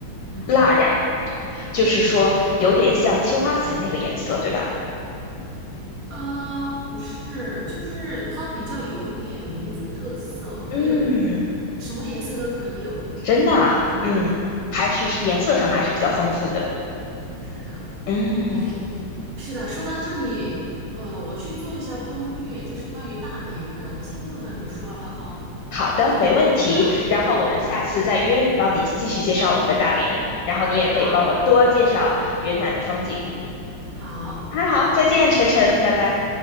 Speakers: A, on the right (about 50°); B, on the left (about 65°).
A: 嗯
B: 蜡染就是说有点像青花瓷那个颜色，
A: 嗯。
B: 对吧？
A: 呃，不是，就是它比较有点民族特色，
B: 嗯，
A: 没有什么颜色都可以有。
B: 真的啊，
A: 嗯，就是
B: 嗯，还是颜色上还是比较丰富的。
A: 是的，
B: 嗯，
A: 哎，是的。说到这里，呃，我去做一下攻略，就是关于大连的，我先不和你说了哦，
B: 好的，
A: 就看一下。
B: 没问题。然后我们下次再约，
A: 对，
B: 帮你继续介绍我们的大连，
A: 嗯，
B: 然后你也可以帮我多介绍云南的风景。
A: 好，好，
B: 那好，
A: 好，
B: 再见，
A: 拜拜。
B: 晨晨，拜拜。